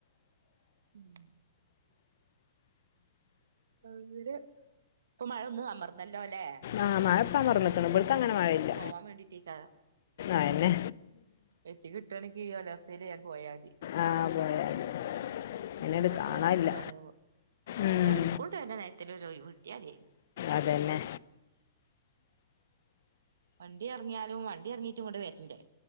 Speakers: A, on the right; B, on the left.
A: ഉം അങ്ങനെ ഇപ്പൊ മഴൊന്ന് അമർന്നല്ലൊലേ?
B: ആഹ് മഴെപ്പാ അമർന്ന്ക്ക്ണ് ഇബട്ക്കങ്ങനെ മഴയില്ല
A: പോവാൻ വേണ്ടിട്ടേക്കാരം
B: അഹന്നെ
A: എത്തി കിട്ടാണെങ്കി ഈ കാലാവസ്ഥയില് ആണ്ട് പോയാതി
B: ആ പോയായിരുന്നു എന്നോട്
A: ഇഞ്പ്പം എപ്പളാവൊ
B: കാണാനില്ല
A: പൊട്ടി ചാടാവോ? കുട്ടിയോള്
B: ഉം.
A: സ്കൂള്ട്ട് വെര്ന്ന നേരെത്തേലൊരു ഒഴിവ് കിട്ടിയാതേനി
B: അതന്നെ
A: വണ്ടിയെറങ്ങിയാലും വണ്ടിയെറങ്ങിട്ട്ങ്ങട്ട് വെര്ണ്ടെ?